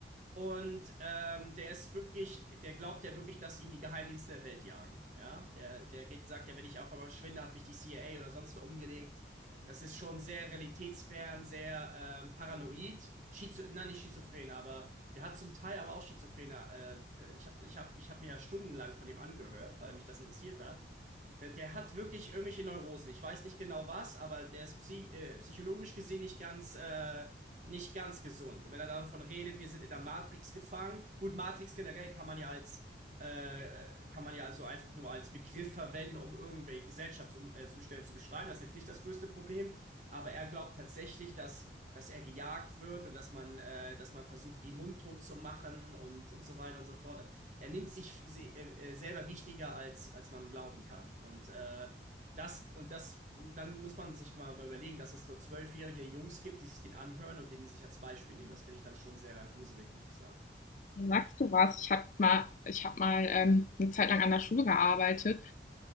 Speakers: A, on the right; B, on the left.
A: Und ähm, der ist wirklich, der glaubt ja wirklich, dass ihn die Geheimdienste der Welt jagen. Ja, der, der geht, sagt ja, wenn ich auf einmal verschwinde, hat mich die CIA oder sonst wer umgelegt. Das ist schon sehr realitätsfern, sehr ähm, paranoid. Schizo nein, nicht schizophren, aber der hat zum Teil aber auch schizophrene. Äh, ich habe ich hab, ich hab mir ja stundenlang von dem angehört, weil mich das interessiert hat. Der, der hat wirklich irgendwelche Neurosen. Ich weiß nicht genau was, aber der ist psy äh, psychologisch gesehen nicht ganz, äh, nicht ganz gesund. Und wenn er davon redet, wir sind in der Matrix gefangen. Gut, Matrix generell kann man ja als, äh, kann man ja also einfach nur als Begriff verwenden, um irgendwelche Gesellschaftszustände zu beschreiben. Das ist jetzt nicht das größte Problem. Aber er glaubt tatsächlich, dass, dass er gejagt wird und dass man, äh, dass man versucht, ihn mundtot zu machen und, und so weiter und so fort. Er nimmt sich se- äh, äh, selber wichtiger, als, als man glauben kann. Und äh, das, und das, dann muss man sich mal überlegen, dass es dort zwölfjährige Jungs gibt, die sich den anhören und den sich als Beispiel nehmen. Das finde ich dann schon sehr gruselig, muss ich sagen.
B: Sagst du was? Ich habe mal, ich hab mal ähm, eine Zeit lang an der Schule gearbeitet